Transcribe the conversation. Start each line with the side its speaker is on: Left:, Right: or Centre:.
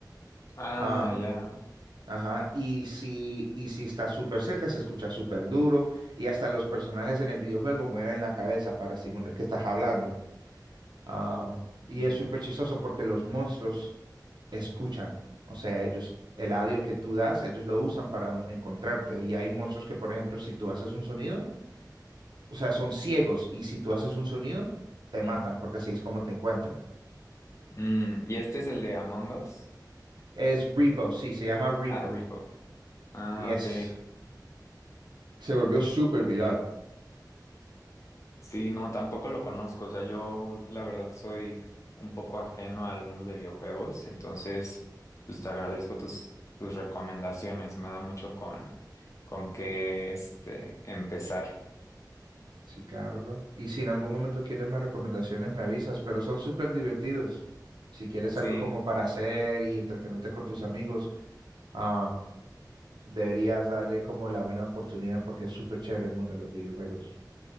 Left: Ah,
Right: Ah,
Left: ya.
Right: ajá. Y si, y si está súper cerca, se escucha súper duro. Y hasta los personajes en el videojuego mueven la cabeza para simular que estás hablando. Ah, y
Left: ya.
Right: es súper chistoso porque los monstruos escuchan. O sea, ellos, el audio que tú das, ellos lo usan para encontrarte. Y hay monstruos que, por ejemplo, si tú haces un sonido, o sea, son ciegos y si tú haces un sonido, te
Left: Mm,
Right: matan porque así es como te encuentran.
Left: mm. ¿Y este es el de Among Us?
Right: Es Repo, sí, se llama Repo.
Left: Ah, Rico. Ah,
Right: Y es,
Left: ok.
Right: Se volvió súper viral.
Left: Sí, no, tampoco lo conozco. O sea, yo la verdad soy un poco ajeno al mundo de videojuegos, entonces pues te agradezco tus, tus recomendaciones. Me da mucho con, con qué este empezar.
Right: sí, claro, bro. Y si en algún momento quieres más recomendaciones, me avisas, pero son súper divertidos. Si quieres
Left: Sí,
Right: algo como para hacer y entretenerte con tus amigos, ah, deberías darle como la buena oportunidad porque es súper chévere el mundo de los videojuegos.